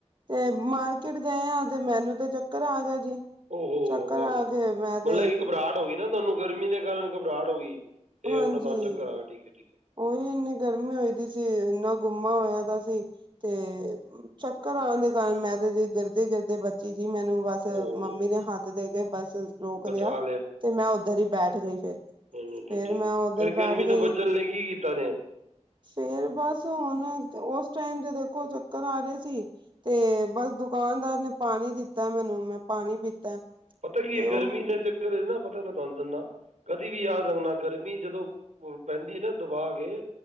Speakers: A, on the right; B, on the right.
A: ਤੇ,
B: ਹਮ।
A: ਮਾਰਕਿਟ ਗਏ ਆ ਤੇ ਮੈਨੂੰ, ਤੇ ਚੱਕਰ ਆ ਗਿਆ ਜੀ।
B: ਹੋ
A: ਚੱਕਰ ਆ ਕੇ ਮੈਂ ਤੇ
B: ਮਤਲਬ, ਘਬਰਾਹਟ ਹੋ ਗਈ ਨਾ ਤੁਹਾਨੂੰ ਗਰਮੀ ਗਰਮੀ ਦੇ ਕਾਰਨ ਘਬਰਾਹਟ ਹੋ ਗਈ, ਤੇ
A: ਹਾਂਜੀ
B: ਆਪਣਾ ਤੁਹਾਨੂੰ ਚੱਕਰ ਆ ਠੀਕ ਹੈ ਠੀਕ ਹੈ।
A: ਉਹੀ ਇੰਨੀ ਗਰਮੀ ਹੋਈ ਦੀ ਸੀ ਇੰਨਾ ਗੁੰਮਾ ਹੋਇਆ ਦਾ ਸੀ ਤੇ ਚੱਕਰ ਆ ਦੇ, ਕਾਰਨ ਮੈਂ ਤੇ ਗਿਰਦੇ-ਗਿਰਦੇ ਬੱਚੀ। ਜੀ ਮੈਨੂੰ ਬਸ
B: ਓ ਹੋ
A: ਮੰਮੀ
B: ਹੋ
A: ਨੇ ਹੱਥ ਦੇ ਕੇ ਬਸ ਰੋਕ
B: ਬਚਾ
A: ਲਿਆ ਤੇ ਮੈਂ ਉੱਧਰ ਹੀ ਬੈਠ ਗਈ ਫਿਰ।
B: ਨਹੀਂ-ਨਹੀਂ
A: ਫੇਰ
B: ਠੀਕਫਿਰ
A: ਮੈਂ ਉੱਧਰ
B: ਗਰਮੀ
A: ਬੈਠ ਗਈ
B: ਤੋਂ ਬਚਣ ਲਈ ਕੀ ਕੀਤਾ ਨੇ।
A: ਫੇਰ ਬਸ ਹੁਣ ਉਸ ਟਾਈਮ ਦੇ ਦੇਖੋ ਚੱਕਰ ਆ ਰਹੇ ਸੀ ਤੇ ਬਸ ਦੁਕਾਨਦਾਰ ਨੇ ਪਾਣੀ ਦਿੱਤਾ ਮੈਨੂੰ, ਤੇ ਮੈਂ ਪਾਣੀ ਪੀਤਾ।
B: ਪਤਾ ਕੀ
A: ਤੇ
B: ਹੈ
A: ਉਹ
B: ਗਰਮੀ ਦਾ ਘਰੇ ਨਾ ਪਤਾ, ਮੈਂ ਤੁਹਾਨੂੰ ਦਿੰਦਾ ਕਦੀ ਵੀ ਯਾਦ ਰੱਖਣਾ ਗਰਮੀ ਜਦੋਂ ਪੈਂਦੀ ਨਾ ਦਬਾ ਕੇ